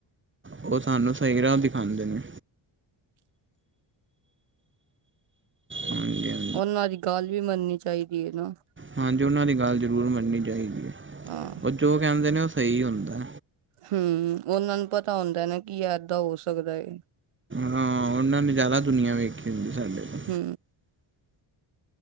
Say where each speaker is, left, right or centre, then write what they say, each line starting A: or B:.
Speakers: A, on the right; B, on the right.
A: ਉਹ ਸਾਨੂੰ, ਸਹੀ ਰਾਹ ਦਿਖਾਓਂਦੇ ਨੇ। ਹਾਂਜੀ-ਹਾਂ।
B: ਉਹਨਾਂ ਦੀ ਗੱਲ ਵੀ ਮੰਨਨੀ ਚਾਹੀਦੀ ਏ, ਨਾ।
A: ਹਾਂਜੀ, ਉਹਨਾਂ ਦੀ ਗੱਲ ਜ਼ਰੂਰ ਮੰਨਨੀ ਚਾਹੀਦੀ ਹੈ,
B: ਹਾਂ
A: ਓ ਜੋ ਕਹਿੰਦੇ ਨੇ, ਉਹ ਸਹੀ ਹੁੰਦਾ।
B: ਹੂੰ, ਉਹਨਾਂ ਨੂੰ ਪਤਾ ਹੁੰਦਾ ਨਾ, ਕੀ ਐਦਾ ਹੋ ਸਕਦਾ ਏ।
A: ਹਾਂ, ਉਹਨਾਂ ਨੇ ਜ਼ਿਆਦਾ ਦੁਨੀਆਂ ਵੇਖੀ ਹੁੰਦੀ, ਸਾਡੇ ਤੋਂ।
B: ਹੂੰ।